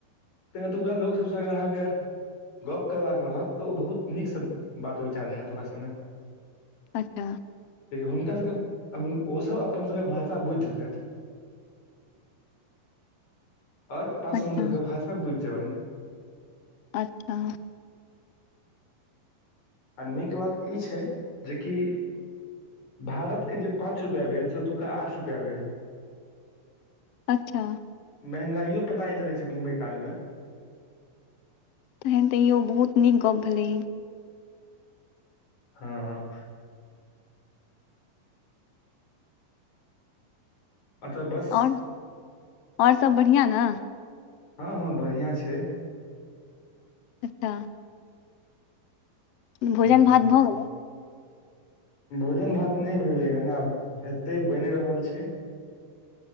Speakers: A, on the left; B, on the left.
A: तै एतुका लोक सबसँ अगर अहाँके गप करबाक रहत त ओ बहुत नीकसँ बात विचार होयत ओकरा सङ्ग।
B: अच्छा।
A: हुनका सभके ओसभ अपन सभ भाषा बुझि जेतै। और अपनासब
B: अच्छा
A: हुनक सब के भाषा बुझ जब
B: अच्छा।
A: आ नीक बात ई छै जेकि भारतके जे पाँच रुपैआ भेल से एतुक्का आठ रुपैआ भेल।
B: अच्छा।
A: महंगाई ओ पता चलाई छै घुमाई काल में।
B: तखन त ईो बहुत नीक गप्प भेलै।
A: हँ। अत बस
B: आओर आओर सभ बढ़िआँ न।
A: हँ हँ बढ़िआँ छै।
B: अच्छा। भोजन
A: हूं
B: भात भ गेलै।
A: भोजन भात नहि भेलै हेन आब हेतै बनि रहल छै।